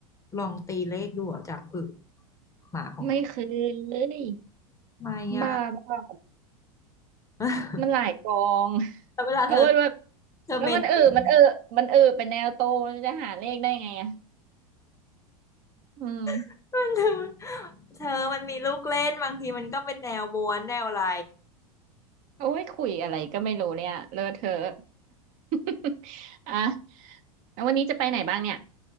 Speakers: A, on the left; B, on the right.
A: ลองตีเลขดูเหรอจากอึหมาของเธอ
B: ไม่เคย
A: ทำไม่อ่ะ
B: บ้าบ้า
A: <laughs>
B: มันหลายกอง
A: แต่เวลาเธอ
B: แล้วว่าแบบ
A: เธอเมนติน
B: แล้วมันเออมันเออมันเออเป็นแนวโตมันจะหาเลขได้ไงอ่ะอืม
A: <laughs> มันเธอเธอมันมีลูกเล่นบางทีมันก็เป็นแนวม้วนแนวอะไร
B: โอ้ยคุยอะไรก็ไม่รู้เนี่ยเลอะเทอะ <laughs> อ่ะแล้ววันนี้จะไปไหนบ้างเนี่ย